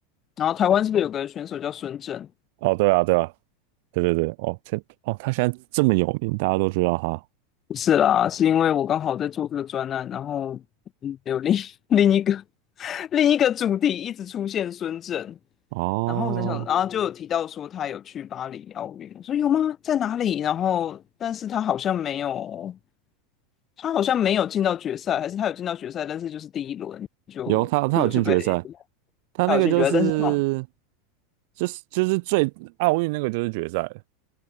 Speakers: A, on the left (about 25°); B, on the right (about 55°).
A: 然后台湾是不是有个选手叫孙正？
B: 哦，对啊对啊，对对对，哦，这哦，他现在这么有名，大家都知道他。
A: 不是啦，是因为我刚好在做这个专案，然后嗯有另 <laughs> 另一个 <laughs> 另一个主题一直出现孙正，
B: 哦，
A: 然后我在想，然后就有哦提到说他有去巴黎奥运，我说有吗？在哪里？然后，但是他好像没有，他好像没有进到决赛，还是他有进到决赛，但是就是第一轮就就就被
B: 有他他有进决赛，他那个就是
A: 他有进决赛，但是好，
B: 就是就是最奥运那个就是决赛了